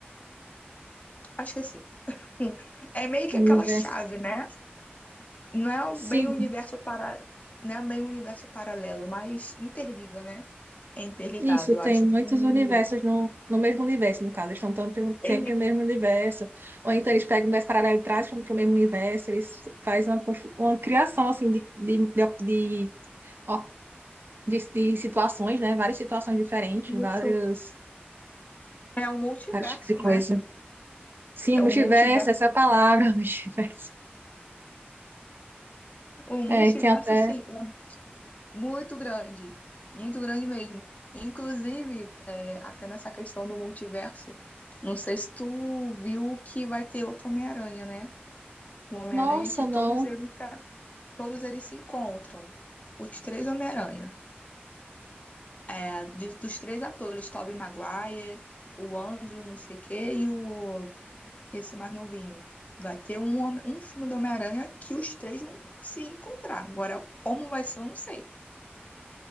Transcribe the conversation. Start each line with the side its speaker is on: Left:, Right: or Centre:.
Left: Ah, esqueci. <laughs> Enfim, É meio que
Right: Universo.
Left: aquela chave, né? Não é um-
Right: Sim,
Left: bem um universo para, não é bem um universo paralelo, mas interliga, né? É interligado.
Right: Isso,
Left: Eu
Right: tem
Left: acho
Right: muitos
Left: que é isso.
Right: universos no, no mesmo universo, no caso. Eles estão tão pelo- sempre
Left: É
Right: no mesmo universo. Ou então eles pegam um universo paralelo e trazem para o mesmo universo. Eles fazem uma, conf- uma criação, assim, de, de, de, op- de, ó, de, de situações, né? Várias situações diferentes, vários,
Left: Isso. É um multiverso,
Right: vários tipos de coisa.
Left: né?
Right: Sim,
Left: É
Right: multiverso,
Left: um multiverso.
Right: essa é a palavra, <laughs> multiverso.
Left: O multiverso,
Right: É, tem até...
Left: assim, é muito grande. Muito grande mesmo. Inclusive, é, até nessa questão do multiverso, não sei se tu viu que vai ter outro Homem-Aranha, né? O Homem-Aranha
Right: Nossa,
Left: que todos
Right: não.
Left: eles, todos eles se encontram. Os três Homem-Aranha. É, de- dos três atores, Tobey Maguire, o Andrew, não sei o quê, e o, esse mais novinho. Vai ter um, homem- um filme do Homem-Aranha que os três vão se encontrar. Agora, como vai ser, eu não sei.